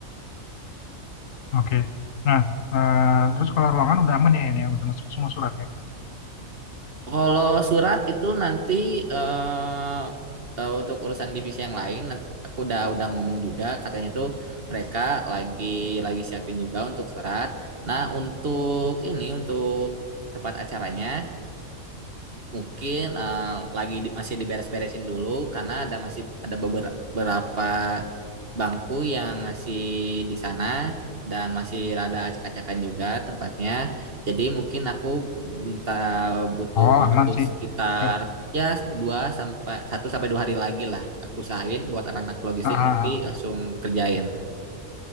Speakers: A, on the left (about 70°); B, on the right (about 45°).
A: Oke. Nah, eh, terus kalau ruangan udah aman ya ini ya, udah masuk semua surat ya.
B: Kalau surat itu nanti eh, eh, untuk urusan divisi yang lain, nant- aku udah udah ngomong juga, katanya tuh mereka lagi lagi siapin juga untuk surat. Nah, untuk ini untuk tempat acaranya Mungkin eh, lagi di- masih diberes-beresin dulu karena ada masih ada beberapa bangku yang masih di sana dan masih rada acak-acakan juga tempatnya. Jadi mungkin aku minta butuh
A: Oh, aman
B: waktu
A: sih.
B: sekitar
A: Eh,
B: ya dua sampai satu sampai dua hari lagi lah. Aku usahain buat anak-anak logistik
A: ah, ah,
B: nanti
A: ah.
B: langsung kerjain.